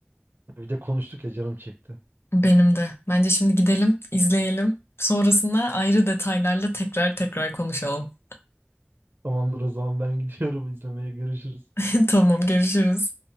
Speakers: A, on the right (about 65°); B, on the left (about 80°).
A: Bir de konuştuk ya canım çekti.
B: Benim de. Bence şimdi gidelim, izleyelim. Sonrasında ayrı detaylarla tekrar tekrar konuşalım.
A: Tamamdır o zaman ben gidiyorum izlemeye. Görüşürüz.
B: <laughs> Tamam, görüşürüz.